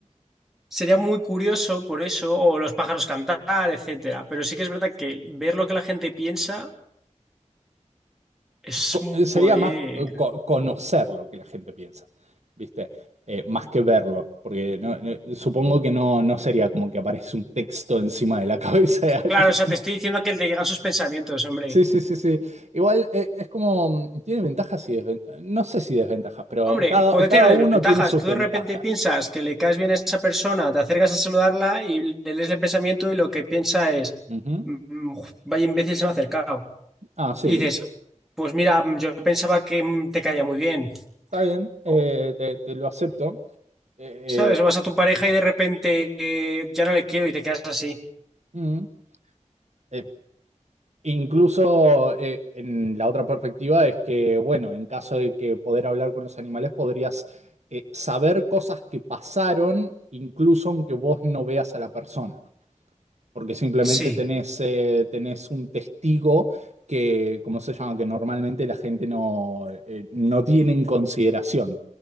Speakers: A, in the centre; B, on the right (about 60°).
A: Sería muy curioso por eso, o los pájaros cantar, etcétera. Pero sí que es verdad que ver lo que la gente piensa es
B: Co-
A: un
B: eh, Sería
A: poder.
B: más eh, co- conocer lo que la gente piensa, ¿viste? Eh, más que verlo, porque no- eh, supongo que no, no sería como que aparece un texto encima de la <laughs> cabeza de alguien.
A: Claro, o sea, te estoy diciendo que te llegan sus pensamientos, hombre.
B: Sí, sí, sí, sí. Igual eh, es como, mm, tiene ventajas y desventajas, no sé si desventajas, pero
A: Hombre,
B: cada,
A: puede
B: cada
A: tener
B: uno
A: desventajas.
B: tiene sus
A: Tú
B: ventajas.
A: de repente piensas que le caes bien a esa persona, te acercas a saludarla y le lees el pensamiento y lo que piensa es,
B: Ujú.
A: "Mm, mm, vaya imbécil se me ha acercado.
B: Ah, sí,
A: Y dices, pues mira, mm, yo pensaba que mm, te caía muy bien.
B: está bien, eh,
A: O,
B: te, te lo acepto. Eh,
A: ¿Sabes? O
B: eh,
A: vas a tu pareja y de repente eh, ya no le quiero y te quedas así.
B: mm, eh, incluso eh, en la otra perspectiva es que, bueno, en caso de que poder hablar con los animales, podrías eh, saber cosas que pasaron, incluso aunque vos no veas a la persona. porque simplemente
A: Sí,
B: tenés, eh, tenés un testigo que, ¿cómo se llama? Que normalmente la gente no, eh, no tiene en consideración.